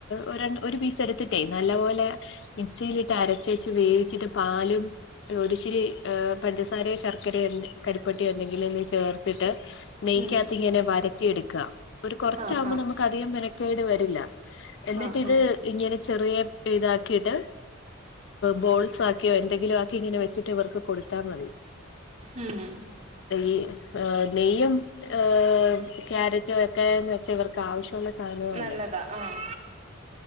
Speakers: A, on the left; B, on the right.
A: ഒരെ ഒര്പീസ് എടുത്തിട്ടേ നല്ല പോലെ മിക്സിയിലിട്ട് അരച്ചേച്ച് വേവിച്ചിട്ട് പാലും ഒരുശിരി പഞ്ചസാരേ ശർക്കരേ എന്ത കരി പെട്ടി ഉണ്ടെങ്കില് ഇന്ന് ചേർത്തിട്ട് നെയ്ക്യാത്ത്
B: ഉം
A: ഇങ്ങനെ വരട്ടി എട്ക്കാ ഒര് കൊറച്ചാഉമ്പം
B: ആഹ് ആഹ്
A: നമുക്ക് അധികം മെന കേട് വരില്ല എന്നിട്ട്
B: ആഹ്
A: ഇത്
B: ആഹ്
A: ഇങ്ങനെ ചെറിയ ഇതാക്കിയിട്ട് ബോൾസ് ആക്കി ക്കി എന്തെങ്കിലും ആക്കി ഇങ്ങനെ വെച്ചിട്ട് ഇവർക്ക് കൊട്ത്താ മതി
B: ഉം
A: ഈ നെയ്യും ഏ ക്യാരറ്റും ഒക്കെന്ന് വെച്ചാ ഇവർ ക്ക് ആവശ്യ ഉള്ള സാധനം അല്ലേ
B: നല്ലതാ ആഹ്